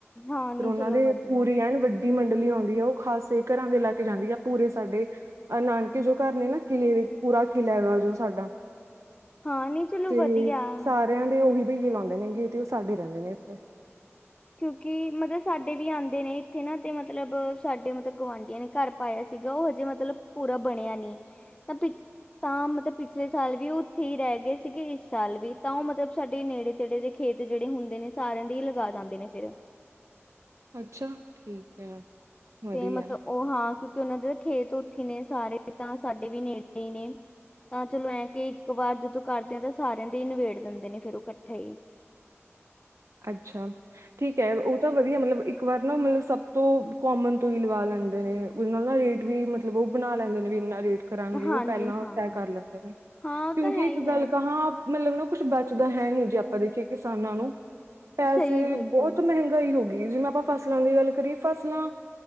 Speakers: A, on the left (about 25°); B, on the right (about 85°).
A: ਹਾਂ ਨਹੀਂ
B: ਫੇਰ ਔਨਾਂ
A: ਚਲੋ
B: ਦੇ
A: ਵਧੀਆ
B: ਪੂਰੀ ਐਨ ਵੱ ਡੀ ਮੰਡਲੀ ਹੋਂਦੀ ਏ ਔ ਖਾਸੇ ਘਰਾਂ ਦੇ ਲਾ ਕੇ ਜਾਂਦੀ ਐ ਪੂਰੇ ਸਾਡੇ ਅ ਨਾਨਕੇ ਜੋ ਘਰ ਨੇ ਨਾ ਕਿਲ੍ਹੇ ਦੇ ਪੂਰਾ ਕਿਲ੍ਹਾ ਐ ਨਾ ਜੋ ਸਾਡਾ।
A: ਹਾਂ ਨਹੀਂ ਚਲੋ
B: ਤੇ
A: ਵਧੀਆ
B: ਸਾਰਿਆਂ ਦੇ। ਔਹੀ। ਵਈ ਜਲਾਂਦੇ ਨੇ ਅੰਗੀਠੀ, ਸਾਡੇ ਰਹਿੰਦੇ ਨੇ ਔਥੇ।
A: ਕਿਉਂਕਿ ਮਤਲਬ ਸਾਡੇ ਵੀ ਆਂਦੇ ਨੇ ਇੱਥੇ ਨਾ ਤੇ ਮਤ ਲਬ ਸਾਡੇ ਮਤਲਬ ਗੁਆਂਢੀਆਂ ਨੇ ਘਰ ਪਾਇਆ ਸੀਗਾ ਔ ਹਜੇ ਮਤਲਬ ਪੂਰਾ ਬਣਿਆ ਨੀ ਤਾਂ ਪਿ ਤਾਂ ਮਤਲਬ ਪਿਛਲੇ ਸਾਲ ਵੀ ਔ ਉੱਥੇ ਈ ਰੈ ਗਏ ਸੀਗੇ ਇਸ ਸਾਲ ਵੀ ਤਾਂ ਔ ਮਤਲਬ ਸਾਡੇ ਨੇੜੇ ਤੇੜੇ ਦੇ ਖੇਤ ਜੇੜੇ ਹੁੰਦੇ ਨੇ ਸਾਰਿਆਂ ਦੇ ਹੀ ਲਗਾ ਦਨ ਦੇ ਨੇ ਫੇਰ।
B: ਅੱਛਾ, ਠੀਕ ਐ। ਵਧੀਆ।
A: ਤੇ ਮਤਲਬ ਉਹ ਹਾਂ ਕਿਉਂਕਿ ਔਨਾਂ ਦੇ ਖੇਤ ਉੱਥੇ ਨੇ ਸਾਰੇ ਤਾਂ ਸਾਡੇ ਵੀ ਨੇੜੇ ਈ ਨੇ ਤਾਂ ਚਲੋ ਐਂ ਕਿ ਇੱਕ ਵਾਰ ਜਦੋਂ ਕਰਦੇ ਤੇ ਸਾਰਿਆਂ ਦੇ ਹੀ ਨਿਬੇੜ ਦਿੰਦੇ ਨੇ ਫਿਰ ਉਹ ਕੱਠੇ ਈ।
B: ਅੱ ਛਾ, ਠੀਕ ਐ ਔ ਤਾਂ ਵਧੀਆ ਮਤਲਬ ਇੱਕ ਵਾਰ ਨਾ ਮਤਲਬ ਸਭ ਤੋਂ ਕੋਮਨ ਤੋਂ ਹੀ ਲਵਾ ਲੈਂਦੇ ਨੇ ਉਹਦੇ ਨਾਲ ਨਾ ਰੇਟ ਵੀ ਮਤਲਬ ਵੋ ਬਣਾ ਲੈਂਦੇ ਨੇ ਵੀ ਇੰਨਾ ਰੇਟ ਕਰਾਂਗੇ
A: ਹਾਂਜੀ
B: ਉਹ ਪਹਿਲਾਂ
A: ਹਾਂ
B: ਤੈਅ ਕਰ ਲੈਂਦੇ ਨੇ
A: ਹਾਂ
B: ਕਿਉਂਕਿ
A: ਉਹ ਤਾਂ ਹੈ
B: ਇੱਕ
A: ਹੀ ਹੈ
B: ਗੱਲ ਕਹਾਂ ਮਤਲਬ ਨਾ ਕੁਛ ਬਚਦਾ ਹੈ ਨੀ ਜੇ ਆਪਾਂ ਵੇਖੀਏ ਕਿਸਾਨਾਂ ਨੂੰ ਪੈਸੇ
A: ਸਹੀ ਬਿਲਕੁਲ
B: ਹੀ ਬਹੋ ਤ ਮਹਿੰਗਾਈ ਹੋ ਗੀ ਏ ਜਿਵੇਂ ਆਪਾਂ ਫਸਲਾਂ ਦੀ ਗੱਲ ਕਰੀਏ ਫਸਲਾਂ